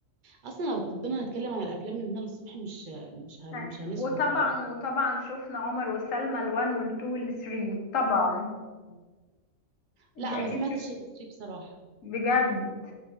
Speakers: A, on the right; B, on the left.
A: اصلا لو فضلنا نتكلم عن الافلام من هنا للصبح مش مش هن-
B: أي.
A: مش هنسكت
B: وطبعا
A: يعني
B: وطبعا شفنا عمر وسلمى الوان والتو والثري طبعا
A: مم.
B: انت
A: لا
B: اكيد
A: ما سمعتش
B: شفتي
A: الاسطى بصراحه
B: بجد